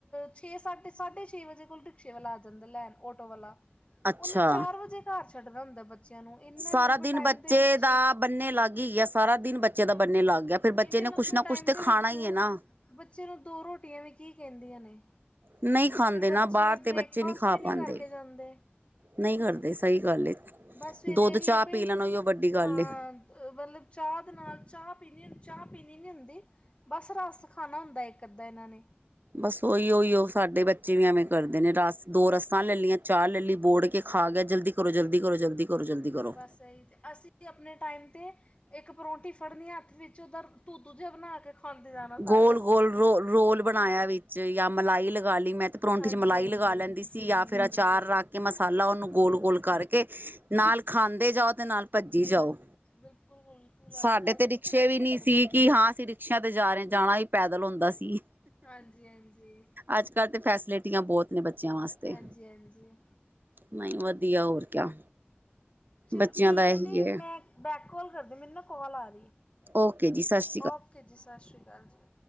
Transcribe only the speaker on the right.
ਅੱਛਾ
ਸਾਰਾ
ਦਿਨ
ਬੱਚੇ
ਦਾ ਬੰਨੇ ਲੱਗ ਹੀ ਗਿਆ ਸਾਰਾ ਦਿਨ ਬੱਚੇ ਦਾ
ਬੰਨੇ ਲੱਗ
ਗਿਆ ਫਿਰ ਬੱਚੇ
ਨੇ
ਕੁਛ ਨਾ
ਕੁਛ ਤੇ
ਖਾਣਾ
ਹੀ ਹੈ ਨਾ
ਨਹੀਂ ਖਾਂਦੇ'
ਨਾ, ਬਾਹਰ ਤੇ
ਬੱਚੇ ਨਹੀਂ ਖਾ
ਪਾਉਂਦੇ।
ਨਹੀਂ ਕਰਦੇ ਸਹੀ ਗੱਲ ਏ,
ਦੁੱਧ
ਚਾਹ
ਪੀ ਲੈਣ ਉਹਿਓ ਵੱਡੀ ਗੱਲ
ਏ।
ਬਸ ਓਹੀਓ - ਉਹੀਓ ਸਾਡੇ ਬੱਚੇ ਵੀ ਐਵੇਂ ਕਰਦੇ ਨੇ, ਰਸ ਦੋ ਰੱਸਾਂ ਲੈ ਲੀਆਂ, ਚਾਹ ਲੈ ਲੀ, ਬੋੜ ਕੇ ਖਾ ਗਏ! ਜਲਦੀ ਕਰੋ, ਜਲਦੀ ਕਰੋ, ਜਲਦੀ! ਕਰੋ ਜਲਦੀ ਕਰੋ
ਗੋਲ
-ਗੋਲ, ਰੋ -ਰੋਲ ਬਣਾਇਆ ਵੀ 'ਚ ਯਾ ਮਲਾਈ ਲਗਾ ਲਈ, ਮੈਂ ਤੇ ਪਰੌਂਠੀ
'ਚ ਮਲਾਈ
ਲਗਾ ਲੈਂਦੀ ਸੀ,
ਯਾ ਫਿਰ ਅਚਾਰ ਰੱਖ ਤੇ ਮਸਾਲਾ ਉਹਨੂੰ ਗੋਲ - ਗੋਲ ਕਰਕੇ, ਨਾਲ ਖਾਂਦੇ ਜਾਓ ਤੇ ਨਾਲ ਭੱਜੀ ਜਾਓ।
ਸਾਡੇ
ਤੇ ਰਿਕਸ਼ੇ
ਵੀ ਨੀ
ਸੀ
ਕਿ ਹਾਂ ਅਸੀਂ ਰਿਕਸ਼ਿਆਂ ਤੇ ਜਾ ਰਏ, ਜਾਣਾ ਹੀ ਪੈਦਲ ਹੁੰਦਾ ਸੀ।
ਅੱਜ - ਕੱਲ੍ਹ ਤੇ ਫੈਸਿਲਿਟੀਆਂ ਬਹੁਤ ਨੇ ਬੱਚਿਆਂ ਵਾਸਤੇ।
ਨਈ, ਵਦੀਆ ਹੋਰ ਕਿਆ।
ਬੱਚਿਆਂ
ਦਾ ਇਹੀ
ਹੈ
ਓਕੇ ਜੀ, ਸਸ